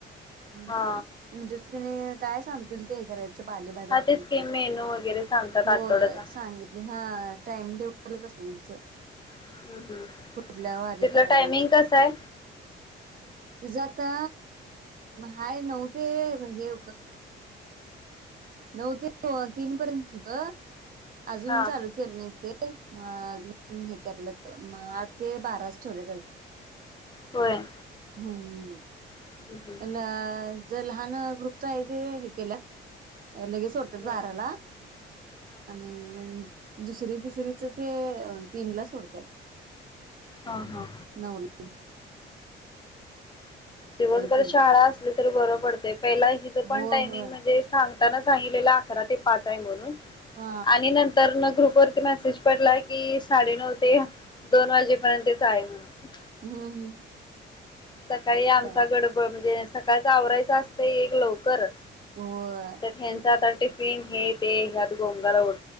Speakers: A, on the right (about 45°); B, on the left (about 25°).
A: म्हणजे
B: हा
A: तिने काय सांगतील ते करायच. पालेभाज्या
B: हा तेच
A: हे ते
B: की मेनू वगैरे सांगतात
A: हो
B: आठवड्याचा.
A: सांगितले हा टाइम टेबलच असायचं.
B: हम्म हम्म
A: पुढल्या वारी
B: तिथलं
A: काय
B: टायमिंग
A: द्यायचं.
B: कसं आहे
A: तिजं आता हाय नऊ ते हे नऊ ते तीन पर्यंतच होत, अजून
B: हा
A: चालू केलं नाही ते. ते मग अजून हे करल्यात मग आठ ते बारा च ठेवल्यात आता
B: होय.
A: हम्म
B: हम्म हम्म.
A: <unintelligible> जर लहान ग्रुपच आहे तेे हे केल्यात. लगेच सोडतात
B: हा
A: बाराला आणि दुसरी तिसरीच ते तीन ला सोडतात
B: ह हा
A: नऊ ला
B: दिवसभर
A: केलं
B: शाळा असली तरी बर पडतय पहिला इथं पण
A: होय
B: टायमिंग
A: होय
B: म्हणजे सांगतान सांगितलेल अकरा ते पाच आहे म्हणून
A: हा
B: आणि नंतरण ग्रुप वरती मेसेज पडला की साडे नऊ ते दोन वाजेपर्यंतच आहे म्हणून,
A: हम्म हम्म
B: सकाळी आमचा
A: काय
B: गडबड म्हणजे सकाळच आवरायचा असत. एक लवकर
A: होय
B: तर ह्याच आता टिफिन हे ते ह्यात गोंमगाला उड